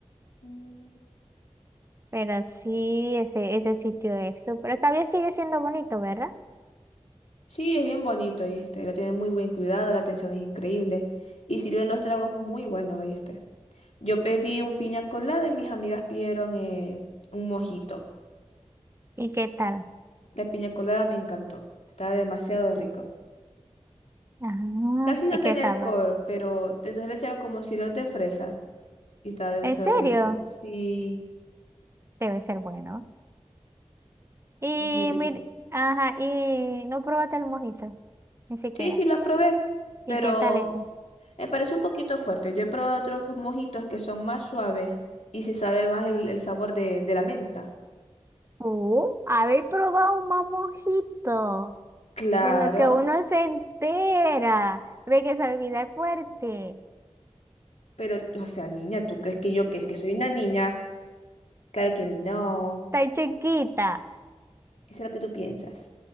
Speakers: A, on the left; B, on the right.
A: Mm.
B: Pero sí, ese, ese sitio es súper. Todavía sigue siendo bonito, ¿verdad?
A: Sí, es bien bonito, ahí está. Lo tienen muy buen cuidado, la atención es increíble. Y sirven los tragos muy buenos, ahí Yo pedí un piña colada y mis amigas pidieron eh, un mojito.
B: ¿Y qué tal?
A: La piña colada me encantó. Estaba demasiado rico.
B: Ah,
A: Casi
B: sí,
A: no
B: es
A: tenía
B: que sabroso.
A: alcohol, pero entonces le echaron como sirope de fresa y estaba demasiado
B: ¿En serio?
A: rico. Sí,
B: Debe ser bueno. Y
A: es muy rico.
B: mir- ajá, y no probaste el mojito. Ni siquiera.
A: Sí, sí, lo probé,
B: ¿Y
A: pero
B: qué tal ese?
A: me pareció un poquito fuerte. Yo he probado otros mojitos que son más suaves y se sabe más el, el sabor de, de la menta.
B: Uh, habéis probado un mamojito.
A: Claro,
B: De lo que uno se entera. Ve que esa bebida es fuerte.
A: pero, o sea, niña, ¿tú crees que yo que, que soy una niña? Claro que no.
B: Está chiquita.
A: Eso es lo que tú piensas.